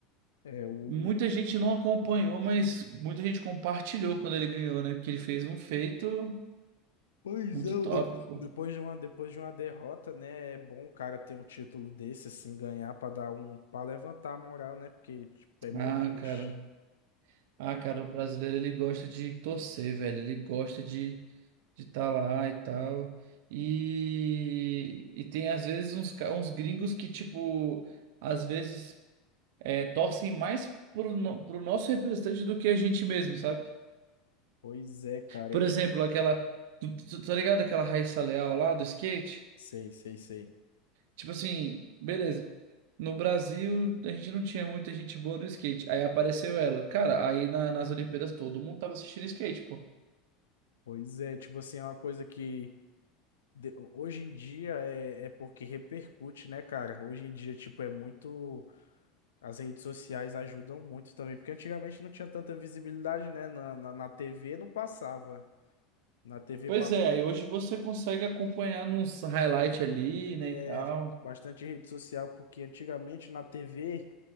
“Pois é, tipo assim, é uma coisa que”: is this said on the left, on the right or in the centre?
Left